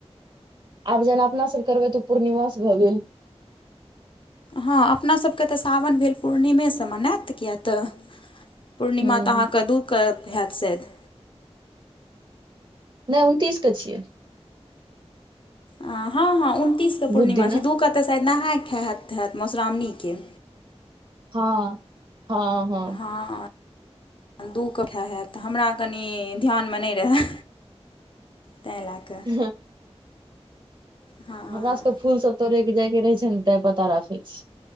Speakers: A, on the right; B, on the left.
A: आब जेना अपना सब करबै त पूर्णिमा स भ गेल।
B: हँ अपना सबके त सावन भेल पूर्णिमेस मनाएत किए त पूर्णिमा
A: ह
B: त अहाँके दू क हैत सैद।
A: नै उनतीस क छियै।
B: ह हँ हँ उनतीसक
A: बुध
B: पूर्णिमा
A: दिना
B: छै दू क त शायद नहाय खाय हैत हैत मधुश्रावणीके।
A: हँ हँ हँ ह।
B: हँ दू क हे हैत हमरा कनी ध्यानमे नै रहए। तै ल क
A: ह <inaudible>
B: हँ
A: हमरा सबके फूल सब तोरै के जाइके रहै छै न तें पता राखै छि।